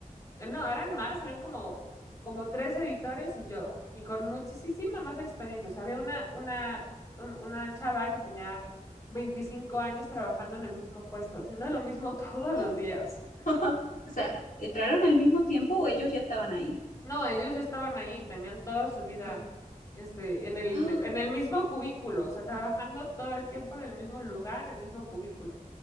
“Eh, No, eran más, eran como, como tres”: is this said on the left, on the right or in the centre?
Left